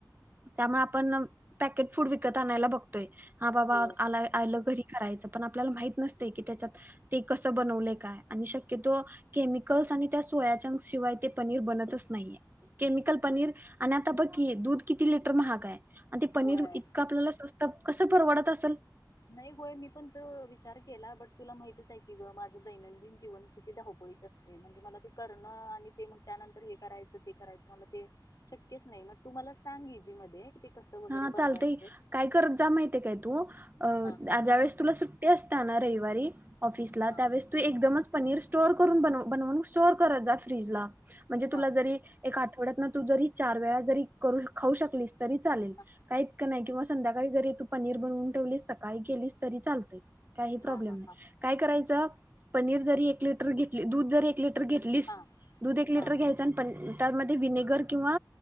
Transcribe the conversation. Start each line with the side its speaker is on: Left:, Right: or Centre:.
Right: त्यामुळे आपण पॅकेट फूड विकत आणायला बघतोय. हा बाबा
Left: होय
Right: आ आला अ आल घरी करायच पण आपल्याला माहित नसतय की त्याच्यात ते कस बनवलय काय आणि शक क्यतो केमिकल्स आणि त्या सोयाच्यान शिवाय ते पनीर बनतच नाहीये, केमिकल पनीर आणि आता बघ की दूध किती लिटर महागाय आणि ते पनीर
Left: होय
Right: इतकं आपल्याला स्वस्त कसं परवडत असल?
Left: नई होय मी पण तो विचार केला, बट तुला माहितच हाय की ग, माझं दैनंदिन जीवन किती धावपळीत असतय म्हणजे मला ते करणं आणि ते मग त्यानंतर हे करायचं, ते करायचं मला ते शक्यच नई मग तू मला सांग इजि मध्ये कि ते कसं वगैरे
Right: हा चालतय,
Left: बनवायचं
Right: काय करत जा माहिते काय तू अ
Left: हा
Right: आ ज्या वेळेस तुला सुट्टया असत्या ना रविवारी ऑफिसला
Left: हा
Right: त्यावेळेस तू एकदमच पनीर स्टोअर करून बनव, बनवून स्टोअर करत जा फ्रीज ला म्हणजे
Left: हा
Right: तुला जरी एक आठवड्यातन तू जरी चार वेळा जरी करू खाऊ शकलीस तरी चालेल.
Left: हा
Right: काय इतकं नाई किंवा संध्या काळी जरी तू पनीर बनवून ठेवलीस सकाळी केलीस तरी चालतय. काही प्रॉब्लेम
Left: हा हा
Right: नाही,
Left: हा हा
Right: काय करायचं. पनीर जरी एक लिटर घेतली, दूध जरी एक लिट टर घेतलीस,
Left: हा
Right: दूध एक लिटर
Left: हा
Right: घ्यायचं आणि पण त्यामध्ये विनेगर किंवा